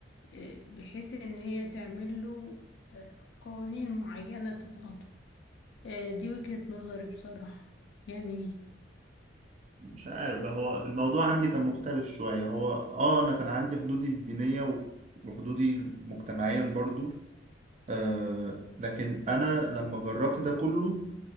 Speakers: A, on the left; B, on the right.
A: آه، بحيث ان هي تعمل له آه، قوانين معينة تضغطه آه، دي وجهة نظري بصراحة يعني
B: مش عارف بقى، هو الموضوع عندي كان مختلف شوية هو اه انا كان عندي حدودي الدينية و- وحدودي مجتمعيا برضو آه لكن انا لما جربت ده كله